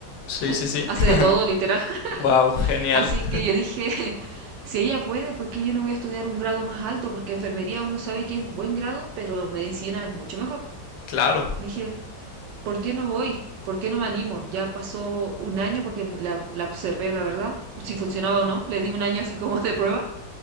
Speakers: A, on the left; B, on the right.
A: sí,
B: <laughs>
A: sí, sí.
B: hace
A: <laughs>
B: de todo, literal.
A: Wow, genial.
B: <laughs> Así
A: <laughs>
B: que yo dije, <laughs> si ella puede, ¿por qué yo no voy a estudiar un grado más alto? Porque enfermería uno sabe que es un buen grado, pero medicina es mucho mejor.
A: Claro.
B: Dije, ¿Por qué no voy? ¿Por qué no me animo? Ya pasó un año porque la, la observé, la verdad, si funcionaba o no. Le di un año así como de prueba